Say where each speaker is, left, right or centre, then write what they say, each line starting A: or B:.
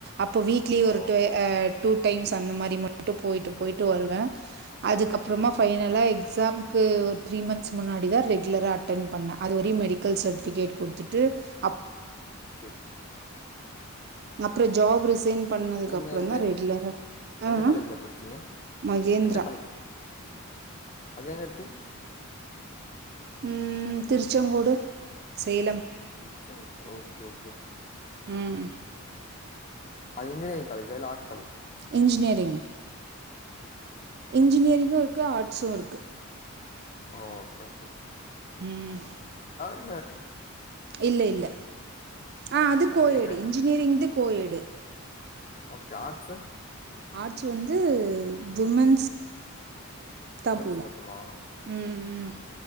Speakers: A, on the right; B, on the left.
A: அப்போ வீக்லி
B: ஓ
A: ஒரு டு ஆ டூ டைம்ஸ் அந்த மாரி மட்டு போயிட்டு போயிட்டு வருவ அதுக்கப்றமா
B: ம்
A: ஃபைனலா எக்ஸ் சாமுக்கு ஒரு த்ரீ மந்த்ஸ் முன்னாடி தா ரெகுலரா அட்டன் பண்ண அது வரையு மெடிக்கல் சட்டிஃபிகேட் குடுத்துட்டு அப்
B: கே கே
A: அப்றோ ஜாப் ரிசைன் பண்ணதுக்கப்றொந்தா
B: நீங்க எங்க
A: ரெகுலரா ஆ
B: எந்த காலேஜ்ல
A: ஆ.
B: படிச்சீங்க
A: மகேந்திரா
B: எந்த காலேஜ் அது எங்க இருக்கு
A: ம் திருச்செங்கோடு சேலம்
B: திருச்செங்கோ ஓகே ஓகே
A: ம்
B: அது இன்ஜினேரிங் காலேஜா இல்ல ஆட்
A: இன்ஜினியரிங்
B: ஓ
A: இன்ஜினியரிங்கு இருக்கு ஆட்ஸு இருக்கு
B: ஓ ஓகே ஓகே
A: ம்
B: ஆ
A: இல்ல இல்ல ஆ அது கோயேடு
B: ஏங்க
A: இன்ஜினியரிங் இது கோயேடு
B: ஓகே ஆட்ஸு
A: ஆட்ஸு வந்து விமென்ஸ் தா
B: உமன்ஸ்
A: போல
B: மட்டுமா
A: ம் ம்